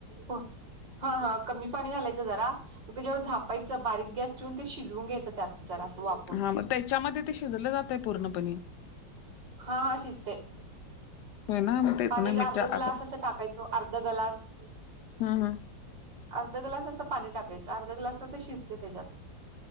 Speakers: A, on the right (about 65°); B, on the left (about 70°).
A: होय, हा. हा.. कमी पाणी घालायचं जरा. मग त्याच्यावर झापायचं, बारीक गॅस ठेवून ते शिजवून घ्यायचं त्यात जरा असं वाफ
B: हां मग त्याच्यामध्ये ते शिजलं जातयं पूर्णपणे
A: हा, हा. शिजतयं.
B: होय ना मग तेच
A: पाणी
B: ना मी
A: अर्ध
B: ट्राय
A: ग्लास
B: आता
A: असं टाकायचं, अर्ध ग्लास
B: हं हं.
A: अर्ध ग्लास असं पाणी टाकायचं, अर्ध ग्लासतच शिजतयं तेज्यात.